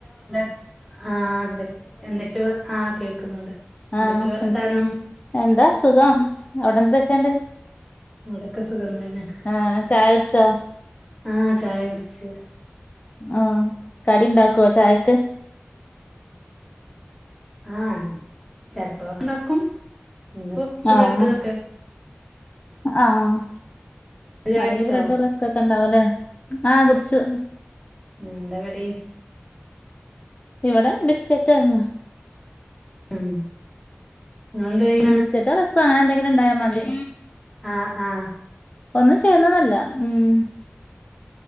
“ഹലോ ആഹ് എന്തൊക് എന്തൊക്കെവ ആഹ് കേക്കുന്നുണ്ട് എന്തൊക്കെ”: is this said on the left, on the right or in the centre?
Centre